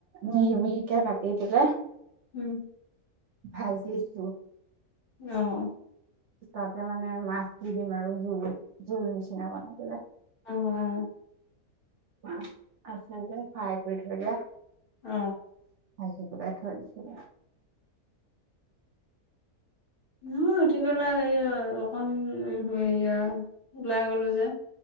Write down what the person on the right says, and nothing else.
মিহি, মিহি কে কাটি পেলাই।
ভাঁজি কৰি।
তাতে মানে মাছ দি দিম আৰু জোল জোল নিচিনা বনাই পেলে।
মাছ আছে যে ফ্ৰাই কৰি থৈ দিয়া ভাঁজি।
<unintelligible> থৈ দিছিলোঁ।